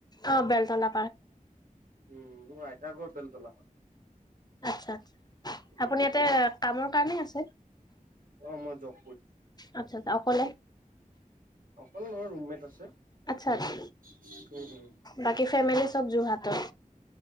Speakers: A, on the left (about 30°); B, on the right (about 75°).
A: অ বেলতলা
B: উম। আইতাৰ ঘৰ বেলতলা হয়
A: আতছা আতছা
B: উম
A: আপুনি ইয়াতে কামৰ কানে আছে।
B: অ মই যাব।
A: আচ্ছা আচ্ছা অকলে।
B: অকল নহয় ৰুমমেট আছে উম
A: আচ্ছা আচ্ছা,
B: উম।
A: বাকী ফেমিলি চব যোৰহাটৰ।